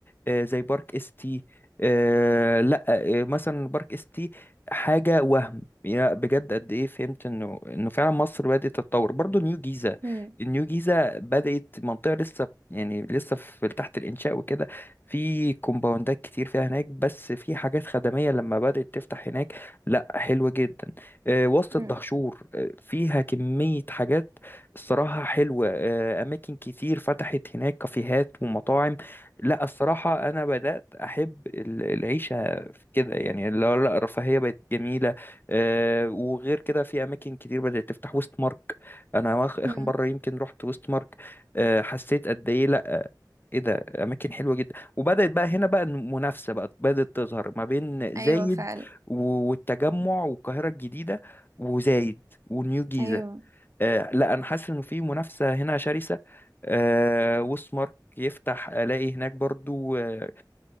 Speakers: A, on the left; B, on the right.
A: آه، زي بارك اس تي آه، لا آه، مثلا بارك اس تي حاجة وهم يا بجد قد ايه فهمت انه انه فعلا مصر بدأت تتطور برضو نيو جيزة
B: مم.
A: النيو جيزة بدأت منطقة لسه يعني لسه في تحت الإنشاء وكده في كومباوندات كتير فيها هناك بس في حاجات خدمية لما بدأت تفتح هناك لا حلوة جدا آه، وسط الدهشور
B: مم.
A: آه، فيها كمية حاجات الصراحة حلوة آه، أماكن كتير فتحت هناك كافيهات ومطاعم لا الصراحة أنا بدأت أحب ال- العيشة في كده يعني اللي هو لا الرفاهية بقت جميلة آه، وغير كده في أماكن كتير بدأت تفتح ويست مارك أنا آخ- آخر
B: مم.
A: مرة يمكن رحت ويست مارك آه، حسيت قد إيه لا ايه ده اماكن حلوه جدا وبدات بقى هنا بقى المنافسه بقى بدات تظهر ما بين
B: أيوه
A: زايد
B: فعلا
A: و- والتجمع والقاهرة الجديدة وزايد ونيو جيزة
B: أيوه
A: آه لا أنا حاسس إنه في منافسة هنا شرسة آه وسمارك يفتح ألاقي هناك برضو آه